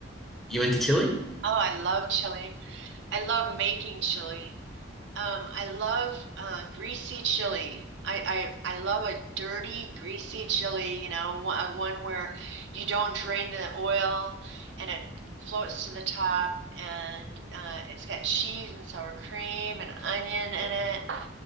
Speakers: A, in the centre; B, on the right.
A: you into chili
B: Oh, I love chili. I love making chili. Um, I love uh, greasy chili. I, I I love a dirty, greasy chili, you know, one, uh, one where you don't drain the oil and it floats to the top and uh, it's got cheese and sour cream and onion in it. Uh,